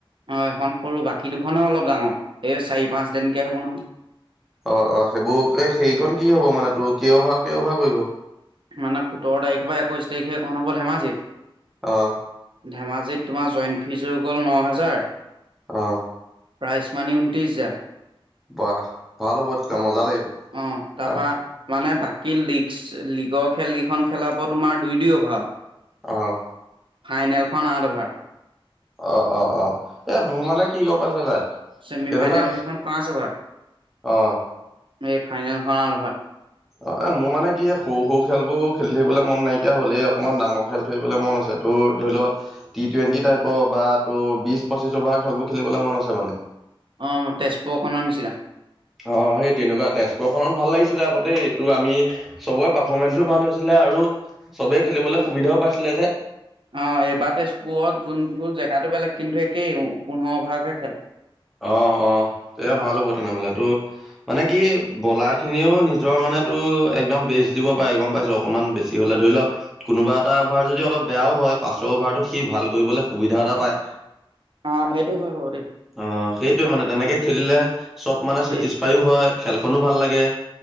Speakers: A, on the right; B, in the centre.
A: অ', এইখন সৰু, বাকী দুখনহে অলপ ডাঙৰ। এই চাৰি পাঁচ দিনকে হ'ব নহয়।
B: অ', অ', সেইবোৰ সেই সেইখন কি হব মানে, তোৰ কেই অভাৰ কেই অভাৰ কৰিব?
A: মানে সোতৰ তাৰিখৰ পৰা একৈশ তাৰিখে এখন হ'ব ধেমাজিত।
B: অ'।
A: ধেমাজিত তোমাৰ জইণ্ট ফিজ হৈ গ'ল ন হেজাৰ।
B: অ'।
A: প্ৰাইজ মানি ঊনত্ৰিছ হাজাৰ।
B: বাহ! ভাল হ'ব তেতিয়া। মজা লাগিব।
A: অ', তাৰ
B: আহ
A: পৰা মানে বাক কি লীগচ, লীগৰ খেল কেইখন খেলাব তোমাৰ দুই দুই অভাৰ।
B: অ',
A: ফাইনেলখন আঠ অভাৰ।
B: অ', অ', অ', এ', মোৰ মানে কি গম পাইছ নাই।
A: চেমি
B: এনেকুৱা
A: ফাইনেল কেইখন পাঁচ অভাৰ।
B: অ'।
A: এই ফাইনেলখন লভাৰ।
B: অ', এ', মোৰ মানে কি, এই সৰু সৰু খেলবোৰ খেলি থাকিবলৈ মন নাইকিয়া হ'লেই। অকনমান ডাঙৰ খেল খেলিবলে মন আছে। তোৰ ধৰি ল', টি টুৱেন্টি টাইপৰ বা তোৰ বিশ পঁচিশ অভাৰ খেলবোৰ খেলিবলে মন আছে মানে।
A: অ' তেজপুৰ খনৰ নিচিনা।
B: অ', সেই তেনেকুৱাতে। তেজপুৰখনত ভাল লাগিছিলে আকৌ দেই। তোৰ আমি চবৰে পাৰ্ফমেন্ঞ্চো ভাল হৈছিলে। আৰু চবেই খেলিবলৈ সুবিধাও পাইছিলে যে।
A: অ', এইবাৰ তেজপুৰত জোনবোৰ জেগাতটো বেলেগ। কিন্তু একেই, পোন্ধৰ অভাৰকে খেল।
B: অ', অ', এয়া ভাল হ'ব তেনেহলে। তোৰ মানে কি, বলাৰখিনিও নিজৰ মানে তোৰ একদম বেচ দিব পাৰে গম পাইছ, অকনমান বেছি হ'লে। ধৰিল, কোনোবা এটা অভাৰ যদি অলপ বেয়াও হয়, পাছৰ অভাৰটোত সি ভাল কৰিবলৈ সুবিধা এটা পায়।
A: অ', সেইটো হয় বাৰু দেই।
B: অ', সেইটোৱে মানে, তেনেকে খেলিলে, চব মানে চেটিছফাইও
A: এই
B: হয়, খেলখনো ভাল লাগে।